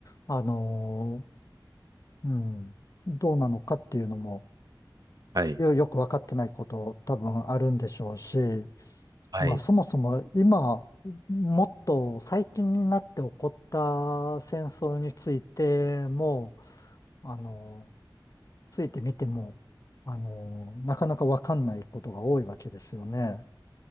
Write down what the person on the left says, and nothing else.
あの、うん、どうなのかっていうのも、
よよくわかってないこと多分あるんでしょうし、
まあそもそも今、もっと最近になって起こった戦争についても、あの、ついてみても、あの、なかなかわかんないことが多いわけですよね。